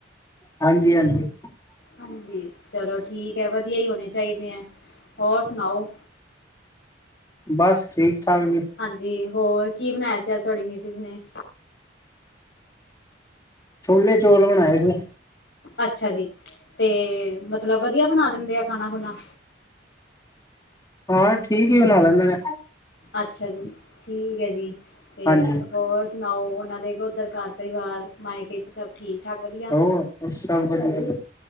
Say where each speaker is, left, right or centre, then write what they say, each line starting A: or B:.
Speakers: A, on the left; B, on the left.
A: ਹਾਂਜੀ- ਹਾਂਜੀ।
B: ਹਾਂਜੀ, ਚਲੋ ਠੀਕ ਹੈ ਵਧੀਆ ਹੀ ਹੋਣੇ ਚਾਹੀਦੇ ਐ, ਹੋਰ ਸੁਣਾਓ।
A: ਬਸ ਠੀਕ- ਠਾਕ ਜੀ।
B: ਹਾਂਜੀ ਹੋਰ ਕੀ ਬਣਾਇਆ ਸੀ ਅਜ ਤੁਹਾਡੀ ਮਿਸਿਜ ਨੇ।
A: ਛੋਲੇ ਚੌਲ ਬਣਾਏ ਸੀ।
B: ਅੱਛਾ ਜੀ, ਤੇ ਮਤਲਬ ਵਧੀਆ ਬਣਾ ਲੈਂਦੇ ਆ ਖਾਣਾ ਖੁਣਾ।
A: ਹਾਂ, ਠੀਕ ਈ ਬਣਾ ਲੈਂਦੇ ਨੇ।
B: ਅੱਛਾ ਜੀ। ਠੀਕ ਏ ਜੀ ਤੇ
A: ਹਾਂਜੀ।
B: ਹੋਰ? ਸੁਣਾਓ ਓਨਾਂ ਦੇ ਓਦਰ ਘਰ ਪਰਿਵਾਰ ਮਾਇਕੇ? ਸਭ ਠੀਕ-ਠਾਕ ਵਧੀਆ।
A: ਹੋਰ, ਸਭ ਵਧੀਆ।